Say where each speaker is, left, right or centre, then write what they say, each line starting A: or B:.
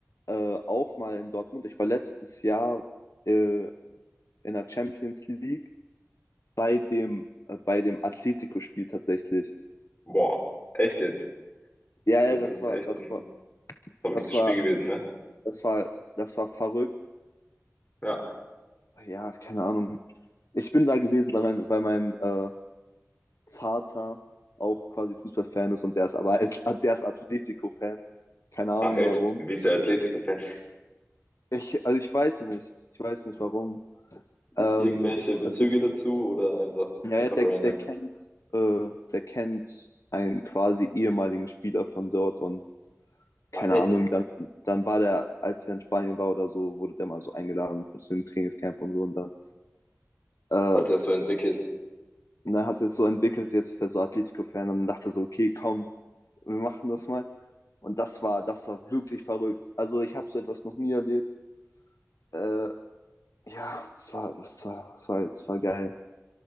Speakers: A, on the left (about 75°); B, on the left (about 35°).
A: äh, auch mal in Dortmund. Ich war letztes Jahr äh, in der Champions League bei dem, äh, bei dem Atletico-Spiel tatsächlich.
B: Boah, echt jetzt?
A: Ja,
B: Das
A: ja, das
B: ist
A: war,
B: echt
A: das
B: ein
A: war,
B: verrücktes
A: das
B: Spiel
A: war,
B: gewesen, ne?
A: das war, das war verrückt.
B: Ja.
A: ja, keine Ahnung. Ich bin da gewesen, weil mein, weil mein äh, Vater auch quasi Fußballfan ist und der ist aber <laughs> der ist Atletico-Fan. Keine Ahnung
B: Ach echt,
A: warum.
B: wie ist der Atletico-Fan?
A: Ich, also ich weiß nicht. Ich weiß nicht warum.
B: I-
A: Ähm,
B: Irgendwelche Bezüge
A: also,
B: dazu oder einfach,
A: ja,
B: einfach
A: ja, der,
B: random?
A: der kennt, äh, der kennt einen quasi ehemaligen Spieler von dort und keine
B: Ach echt?
A: Ahnung, dann, dann war der, als er in Spanien war oder so, wurde der mal so eingeladen zu dem Trainingscamp und so und dann äh,
B: Hat er so entwickelt?
A: Und dann hat er es so entwickelt, jetzt ist er so Atletico-Fan und dachte so, okay, komm, wir machen das mal. Und das war, das war wirklich verrückt. Also ich habe so etwas noch nie erlebt. Äh, ja, es war, es war, es war, es war geil.